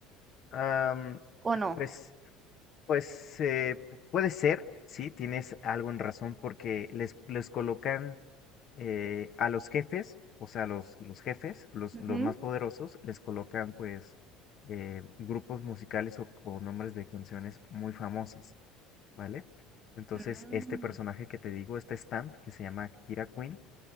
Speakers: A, on the left; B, on the right.
A: am,
B: ¿o no?
A: pues, pues eh, puede ser, sí, tienes algo en razón porque les, les colocan eh, a los jefes, o sea, los, los jefes, los,
B: Ujú.
A: los más poderosos, les colocan pues eh, grupos musicales o o nombres de canciones muy famosas. ¿vale? Entonces,
B: Mm.
A: este personaje que te digo, este Stamp, que se llama Kira Queen,